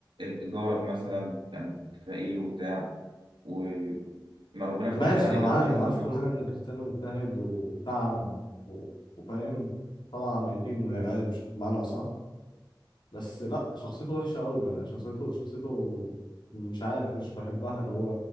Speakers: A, on the right; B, on the left.
A: جارك مثلا كان فقير وبتاع و ما ربنا فتحها
B: ماشي
A: عليه
B: انا
A: فانت
B: معاك
A: بتحس
B: انا عارف
A: انه
B: في كل حاجه ان كريستيانو مجتهد وتعب و- وفاهم طلع ميتين يعني بش- بمعنى صح بس لا شخصيته وحشه قوي يعني شخصيته شخصيته مش عارف مش بحبها اللي هو